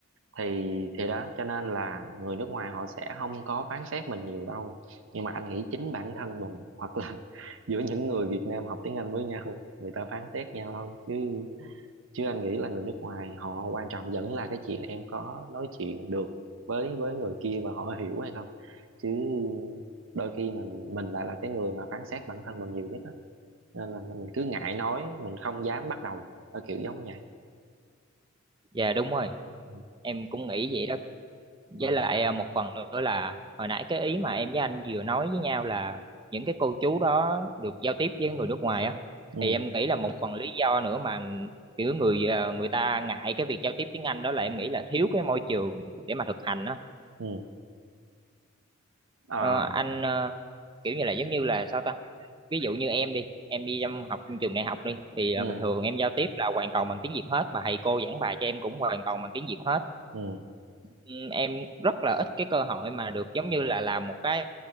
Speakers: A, on the right (about 65°); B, on the right (about 20°).
A: thì thì đó cho nên là người nước ngoài họ sẽ không có phán xét mình nhiều đâu nhưng mà anh nghĩ chính bản thân mình hoặc là <laughs> giữa những người Việt Nam học tiếng Anh với nhau người ta phán xét nhau thôi chứ chứ anh nghĩ là người nước ngoài họ quan trọng vẫn là cái chuyện em có nói chuyện được với với người kia và họ hiểu hay không chứ đôi khi mình mình lại là cái người mà phán xét bản thân mình nhiều nhất á nên là mình cứ ngại nói mình không dám bắt đầu ở kiểu giống vậy
B: dạ đúng rồi
A: Ừ.
B: em cũng nghĩ vậy đó
A: à,
B: với lại à, một phần nữa là hồi nãy cái ý mà em với anh vừa nói với nhau là những cái cô chú đó được giao tiếp với người nước ngoài á
A: ừ
B: thì em nghĩ là một phần lý do nữa mà kiểu người à, người ta ngại cái việc giao tiếp tiếng Anh đó là em nghĩ là thiếu cái môi trường để mà thực hành á
A: ừ à,
B: Ờ, anh ờ, kiểu như là giống như là sao ta ví dụ như em đi em đi trong học trường đại học đi thì à,
A: ừ
B: bình thường em giao tiếp là hoàn toàn bằng tiếng Việt hết mà thầy cô giảng bài cho em cũng hoàn toàn bằng tiếng Việt hết
A: ừ
B: Ừ, em rất là ít cái cơ hội mà được giống như là làm một cái